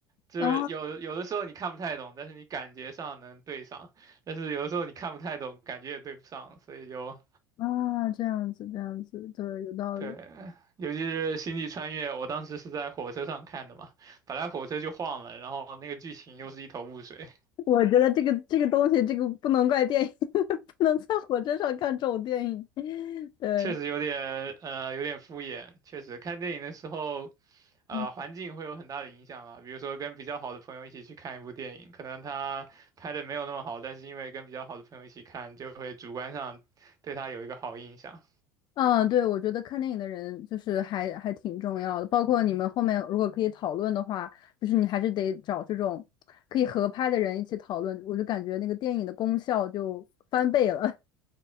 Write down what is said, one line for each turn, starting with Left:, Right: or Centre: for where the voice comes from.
Right: 就是有有的时候你看不太懂，
Left: 啊
Right: 但是你感觉上能对上；但是有的时候你看不太懂，感觉也对不上，所以就
Left: 啊，这样子，这样子，对，有道理。
Right: 对。尤其是《星际穿越》，我当时是在火车上看的嘛，本来火车就晃了，然后那个剧情又是一头雾水，
Left: 我觉得这个这个东西，这个不能怪电影，<laughs> 不能在火车上看这种电影。<laughs> 对，
Right: 确实有点呃有点敷衍。确实看电影的时候呃，
Left: 嗯。
Right: 环境会有很大的影响啊，比如说跟比较好的朋友一起去看一部电影，可能他拍的没有那么好，但是因为跟比较好的朋友一起看，就会主观上对他有一个好印象。
Left: 嗯，对，我觉得看电影的人就是还还挺重要的，包括你们后面如果可以讨论的话，就是你还是得找这种可以合拍的人一起讨论，我就感觉那个电影的功效就翻倍了。